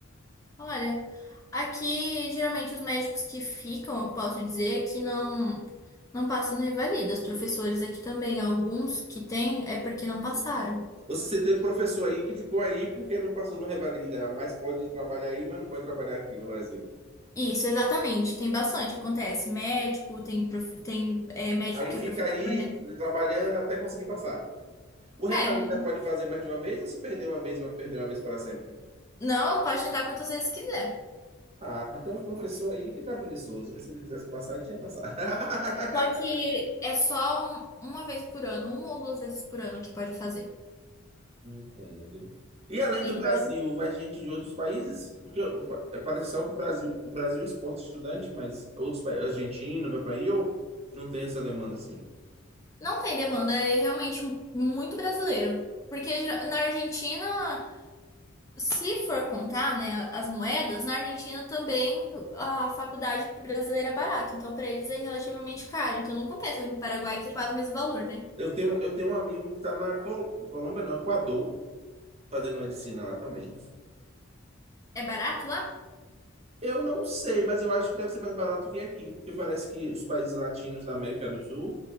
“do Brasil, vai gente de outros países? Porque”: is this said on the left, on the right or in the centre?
Right